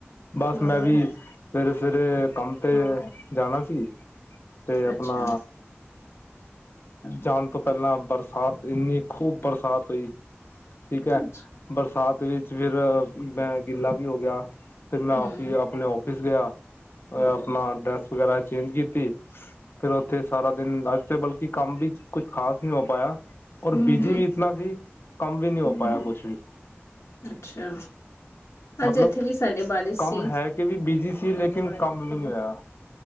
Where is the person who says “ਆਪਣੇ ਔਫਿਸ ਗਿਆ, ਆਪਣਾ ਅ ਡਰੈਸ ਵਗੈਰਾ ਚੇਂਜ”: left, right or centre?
Left